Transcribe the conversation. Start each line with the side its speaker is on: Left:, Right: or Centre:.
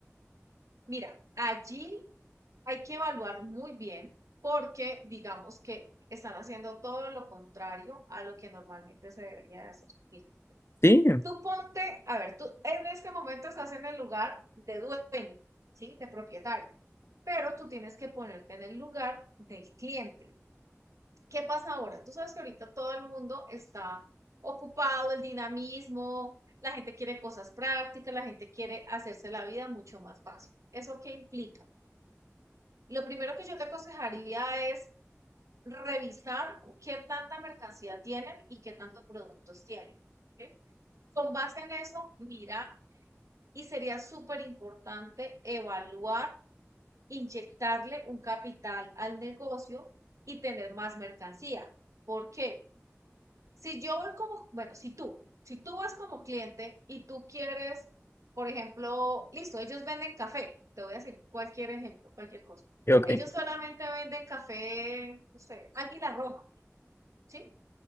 Right: Mira, allí hay que evaluar muy bien porque digamos que están haciendo todo lo contrario a lo que normalmente se debería de hacer. Mira,
Left: Sí,
Right: tú ponte, a ver, tú en este momento estás en el lugar de dueño, ¿sí? De propietario, pero tú tienes que ponerte en el lugar del cliente. ¿Qué pasa ahora? Tú sabes que ahorita todo el mundo está ocupado, el dinamismo, la gente quiere cosas prácticas, la gente quiere hacerse la vida mucho más fácil. ¿Eso qué implica? Lo primero que yo te aconsejaría es revisar qué tanta mercancía tienen y qué tantos productos tienen. ¿ok? Con base en eso, mirar y sería súper importante evaluar, inyectarle un capital al negocio y tener más mercancía. ¿Por qué? Si yo voy como, bueno, si tú, si tú vas como cliente y tú quieres, por ejemplo, listo, ellos venden café, te voy a decir cualquier ejemplo, cualquier cosa.
Left: y ok,
Right: Ellos solamente venden café, no sé, Águila Roja, ¿sí?